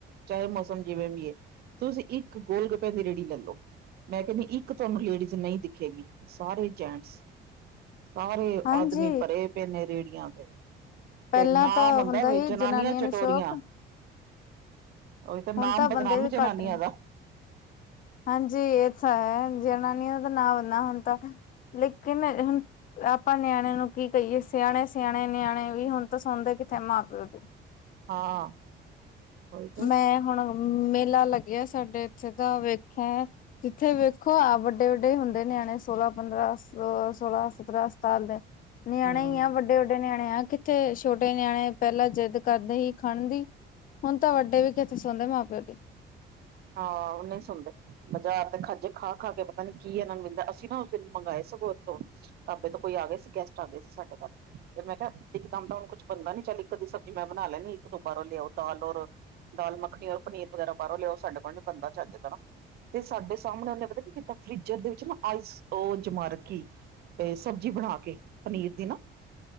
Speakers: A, on the right (about 60°); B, on the left (about 50°).
A: ਚਾਹੇ। ਮੌਸਮ ਜਿਵੇ ਵੀ ਏ, ਤੁਸੀਂ ਇੱਕ ਗੋਲ ਗੁਪਿਆਂ ਦੀ ਰੇੜੀ ਲੱਲੋ। ਮੈਂ ਕਹਿੰਦੀ ਇੱਕ ਤੁਹਾਨੂੰ ਲੇਡੀਜ਼ ਨਹੀਂ ਦਿਖੇਗੀ, ਸਾਰੇ ਜੈਂਟਸ ਸਾਰੇ।
B: ਹਾਂਜੀ
A: ਆਦਮੀ ਭਰੇ ਪਏ ਨੇੇ, ਰੇਹੜੀਆਂ ਤੇ।
B: ਪਹਿਲਾਂ
A: ਤੇ ਨਾਮ
B: ਤਾਂ
A: ਆਂਦਾ,
B: ਹੁੰਦਾ
A: ਬਈ
B: ਸੀ
A: ਜਨਾਨੀਆਂ
B: ਨੂੰ
A: ਚਟੋਰੀਆਂ।
B: ਸ਼ੌਕ
A: ਉਹੀ ਤਾਂ ਨਾਮ
B: ਹੁਣ
A: ਬਦਨਾਮ
B: ਬੰਦੇ ਵੀ
A: ਜਨਾਨੀਆਂ
B: ਘੱਟ ਨੇ
A: ਦਾ।
B: ਹਾਂਜੀ, ਇਹ ਤਾਂ ਏ। ਜਨਾਨੀਆਂ ਦਾ ਨਾਂ ਬੰਨਾ ਹੁਣ ਤ, ਲੇਕਿਨ ਹੁ ਆਪਾਂ ਨਿਆਣੇ ਨੂੰ ਕੀ ਕਹੀਏ? ਸਿਆਣੇ-ਸਿਆਣੇ ਨਿਆਣੇ ਵੀ, ਹੁਣ ਤਾਂ ਸੁਣਦੇ ਕਿੱਥੇ ਮਾਂ-ਪਿਓ। <inaudible>
A: ਹਾਂ, ਓਹੀ ਤੇ।
B: ਮੈਂ ਹੁਣ ਮੇਲਾ ਲੱਗਿਆ ਸਾਡੇ ਇੱਥੇ ਦਾ, ਵੇਖੇ! ਜਿੱਥੇ ਵੇਖੋ ਆ ਵੱਡੇ-ਵੱਡੇ ਹੁੰਦੇ ਨਿਆਣੇ ਸੋਲਾਂ ਪੰਦਰਾਂ ਸੋਲਾਂ ਸਤਰਾਂ ਸਤਾਲ ਦੇ ਨਿਆਣੇ
A: ਹਮ
B: ਹੀ ਆ ਵੱਡੇ, ਵੱਡੇ ਨਿਆਣੇ ਆ ਕਿੱਥੇ ਛੋਟੇ ਨਿਆਣੇ ਪਹਿਲਾਂ ਜਿੱਦ ਕਰਦੇ ਸੀ ਖੰਣ ਦੀ ਹੁਣ ਤਾਂ ਵੱਡੇ ਵੀ ਕਿੱਥੇ ਸੌਣਦੇ ਮਾਂ- ਪਿਓ ਦੀ।
A: ਹਾ ਔ ਨਹੀੰ ਸੁਣਦੇ। ਬਜ਼ਾਰ ਤੇ ਖੱਜੇ ਖਾ, ਖਾ ਕੇ ਪਤਾ ਨੀ ਕੀ ਇਹਨਾਂ ਨੂੰ ਮਿਲਦਾ ਅਸੀਂ ਨਾ ਉਸ ਦਿਨ ਮੰਗਵਾਏ ਸਗੋ ਔਥੋਂ ਢਾਬੇ ਤੋਂ ਕੋਈ ਆ ਗਏ ਸੀ ਗੈਸਟ ਆ ਗਏ ਸੀ ਸਾਡੇ ਘਰ। ਤੇ ਮੈਂ ਕਿਹਾ ਇੱਕ ਦਮ ਦਾ ਹੁਣ ਕੁੱਛ ਬਣਦਾ ਨੀ ਚੱਲ ਇੱਕ ਅੱਦੀ ਸਬਜ਼ੀ ਮੈਂ ਬਣਾ ਲੈਣੀ ਇੱਕ, ਦੋ ਬਾਰੋਂ ਲਿਆਓ ਦਾਲ ਔਰ ਦਾਲ ਮੱਖਣੀ ਔਰ ਪਨੀਰ ਵਗੈਰਾ ਬਾਹਰੋਂ ਲਿਆਓ ਸਾਡੇ ਕੋਲ ਬੰਦਾ ਚੱਜਦਾ ਨਾ। ਤੇ ਸਾਡੇ ਸਾਹਮਣੇ ਉਹਨੇ ਪਤਾ ਕੀ ਕੀਤਾ ਫਰਿਜਰ ਦੇ ਵਿੱਚ ਨਾ ਆਈਸ ਉਹ ਜਮਾਰਕੀ। ਸਬਜ਼ੀ ਬਣਾ ਕੇ, ਪਨੀਰ ਦੀ ਨਾ